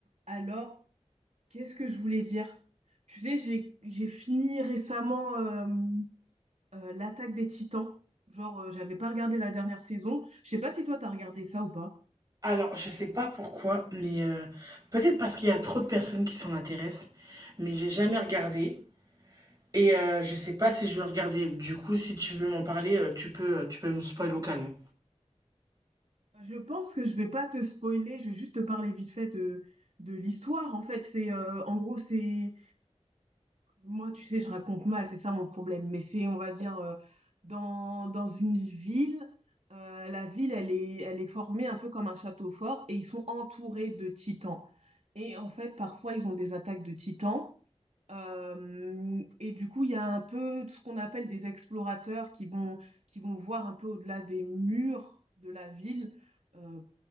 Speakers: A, on the right; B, on the right.
A: Alors, qu'est-ce que je voulais dire? Tu sais, j'ai j'ai fini récemment euh, euh, l'Attaque des Titans. Genre, euh, j'avais pas regardé la dernière saison. Je sais pas si toi t'as regardé ça ou pas.
B: Alors, je sais pas pourquoi, mais euh, peut-être parce qu'il y a trop de personnes qui s'en intéressent, mais j'ai jamais regardé. Et euh, je sais pas si je vais regarder. Du coup, si tu veux m'en parler, euh, tu peux, euh, tu peux me spoiler localement.
A: Je pense que je vais pas te spoiler, je vais juste te parler vite fait de, de l'histoire. En fait, c'est euh, en gros, c'est Moi, tu sais, je raconte mal, c'est ça mon problème. Mais c'est, on va dire, euh, dans, dans une ville, euh, la ville, elle est, elle est formée un peu comme un château fort et ils sont entourés de titans. Et en fait, parfois, ils ont des attaques de titans euh, et du coup, il y a un peu tout ce qu'on appelle des explorateurs qui vont, qui vont voir un peu au-delà des murs de la ville. Euh,